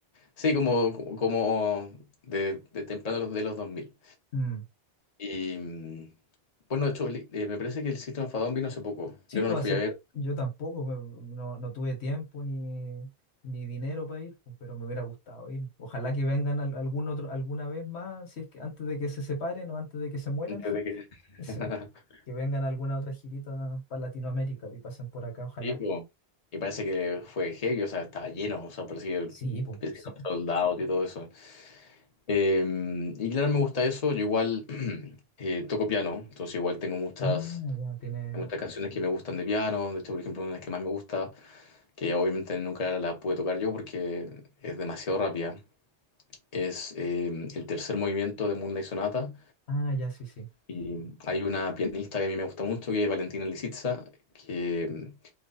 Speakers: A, on the left (about 40°); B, on the left (about 85°).
A: Sí, como, como de, de temprano de los dos mil
B: Mm.
A: Y mm, bueno, de hecho, li- eh, me parece que el System of a Down vino hace poco.
B: Sí,
A: Yo
B: pues
A: no lo fui
B: hace-
A: a ver
B: yo tampoco, pues, no, no tuve tiempo ni, ni dinero para ir, pues, pero me hubiera gustado ir. Ojalá que vengan al- algún otro, alguna vez más, si es que antes de que se separen o antes de que se mueran,
A: antes
B: <laughs>
A: de que.
B: sí,
A: <laughs>
B: que vengan alguna otra girita para Latinoamérica y pasen por acá, ojalá.
A: Sí, po. Y parece que fue heavy, o sea, estaba lleno, o sea, parecía
B: Sí,
A: que
B: pues,
A: parecía
B: sí.
A: los soldados y todo eso. Eh, y claro, me gusta eso, yo igual <clears throat> eh, toco piano, entonces igual tengo muchas,
B: Ah, ya, tiene.
A: muchas canciones que me gustan de piano, de hecho, por ejemplo, una de las que más me gusta, que obviamente nunca la la pude tocar yo porque es demasiado rápida, es eh, el tercer movimiento de Moonlight Sonata.
B: Ah, ya, sí, sí.
A: Y hay una pianista que a mí me gusta mucho, que es Valentina Lisitsa, que em,